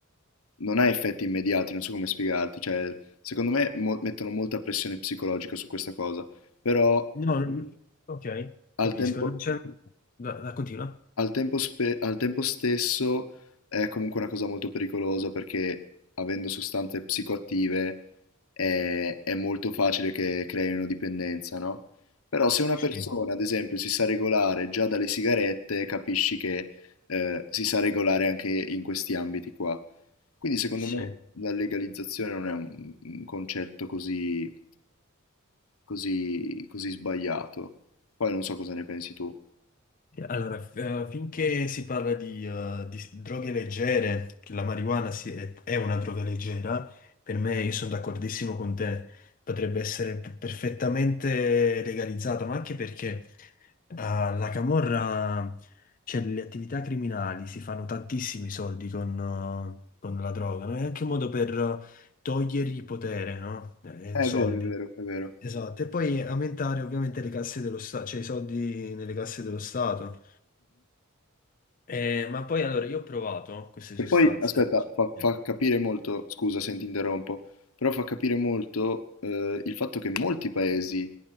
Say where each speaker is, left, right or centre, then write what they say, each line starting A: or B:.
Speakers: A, on the left; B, on the left.
A: non ha effetti immediati, non so come spiegarti. Cioè, secondo me mo mettono molta pressione psicologica su questa cosa, però
B: No, non- ok,
A: al
B: capisco.
A: tempo
B: Non c'è... Da, da- continua?
A: Al tempo, spe- al tempo stesso è comunque una cosa molto pericolosa perché avendo sostanze psicoattive è, è molto facile che creino dipendenza, no? Però se una
B: Sì,
A: persona, ad esempio, si sa regolare già dalle sigarette, capisci che eh, si sa regolare anche in questi ambiti qua. Quindi secondo
B: sì.
A: me la legalizzazione non è un, un concetto così, così, così sbagliato. Poi non so cosa ne pensi tu.
B: Allora, f- eh, finché si parla di, eh, di s- droghe leggere, che la marijuana si- è è una droga leggera, per me io sono d'accordissimo con te, potrebbe essere p- perfettamente legalizzata, ma anche perché eh, la camorra, cioè le attività criminali, si fanno tantissimi soldi con, eh, con la droga, no? È anche un modo per eh, togliergli potere, no? Eh,
A: Eh,
B: soldi.
A: È vero, è vero, è vero.
B: Esatto, e poi aumentare ovviamente le casse dello Stato, cioè i soldi nelle casse dello Stato. Eh, ma poi allora io ho provato queste
A: E
B: sostanze.
A: poi, aspetta, fa,
B: Eh,
A: fa capire molto, scusa se ti interrompo, però fa capire molto eh, il fatto che molti paesi